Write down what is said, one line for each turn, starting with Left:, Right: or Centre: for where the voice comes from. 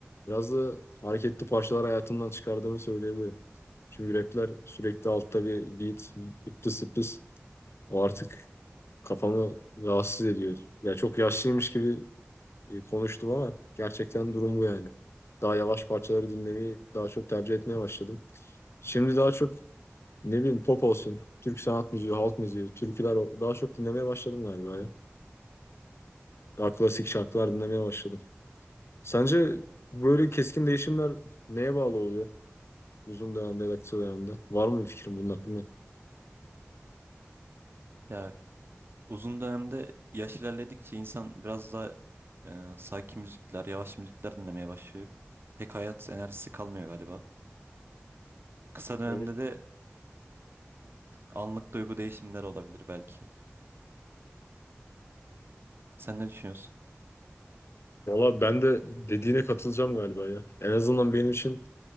Left: biraz da hareketli parçalar hayatımdan çıkardığımı söyleyebilirim. Çünkü rapler sürekli altta bir beat, ıptı sıptı. O artık kafamı rahatsız ediyor. Ya çok yaşlıymış gibi e, konuştum ama gerçekten durum bu yani. Daha yavaş parçaları dinlemeyi daha çok tercih etmeye başladım. Şimdi daha çok ne bileyim pop olsun, Türk sanat müziği, halk müziği, türküler o- daha çok dinlemeye başladım galiba ya. Daha klasik şarkılar dinlemeye başladım. Sence böyle keskin değişimler neye bağlı oluyor? Uzun dönemde ya da kısa dönemde. Var mı bir fikrin bunun hakkında?
Right: Ya uzun dönemde yaş ilerledikçe insan biraz daha e, sakin müzikler, yavaş müzikler dinlemeye başlıyor. Pek hayat enerjisi kalmıyor galiba. Kısa dönemde
Left: Evet.
Right: de anlık duygu değişimleri olabilir belki. Sen ne düşünüyorsun?
Left: Valla ben de dediğine katılacağım galiba ya. En azından benim için